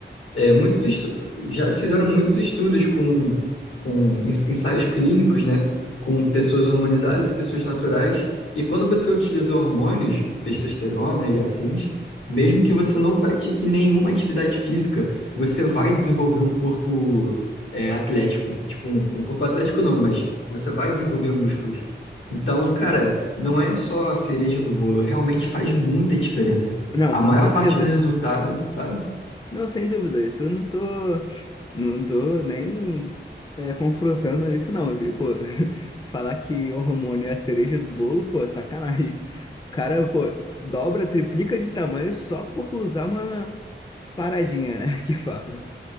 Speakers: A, on the left; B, on the left.
A: é, muitos estu- já fizeram muitos estudos com, com ens- ensaios clínicos, né? Com pessoas hormonizadas e pessoas naturais. E quando você utiliza hormônios, testosterona e afins, mesmo que você não pratique nenhuma atividade física, você vai desenvolver um corpo, é, atlético. Tipo, um, um corpo atlético não, mas você vai desenvolver músculos. Então, cara, não é só a cereja do bolo, realmente faz muita diferença.
B: Não,
A: A
B: com
A: maior
B: certeza.
A: parte do resultado, sabe?
B: Não, sem dúvida. Isso eu não tô, não tô nem é, confrontando isso, não. E, Pô, <laughs> falar que o hormônio é a cereja do bolo, pô, é sacanagem. O cara, pô, dobra, triplica de tamanho só por usar uma paradinha, né? <laughs> Que fala.